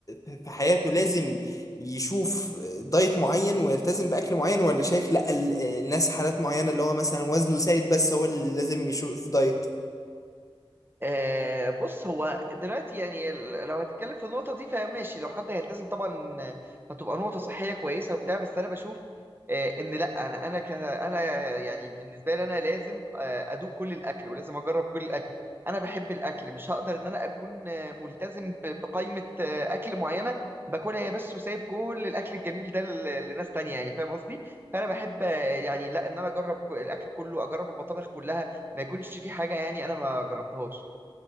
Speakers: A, on the left; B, on the right.
A: آه، في حياته لازم يشوف دايت معين ويلتزم باكل معين ولا شايف لا ال- آه، الناس حالات معينة اللي هو مثلا وزنه زايد بس هو اللي لازم يشوف دايت
B: آه، بص هو دلوقتي يعني ال- لو هتتكلم في النقطة دي فماشي لو حد هيلتزم طبعا آه، هتبقى نقطة صحية كويسة وبتاع بس أنا بشوف آه، إن لأ أنا أنا ك أنا يعني بالنسبة لي أنا لازم آه، أدوق كل الأكل ولازم أجرب كل الأكل أنا بحب الأكل مش هقدر إن أنا أكون آه، ملتزم ب- بقائمة آه، أكل معينة باكلها هي بس وسايب كل الأكل الجميل ده ل- لناس تانية يعني فاهم قصدي؟ فأنا بحب آه، يعني لأ إن أنا أجرب ك- الأكل كله أجرب المطابخ كلها ما يكونش في حاجة يعني أنا ما جربتهاش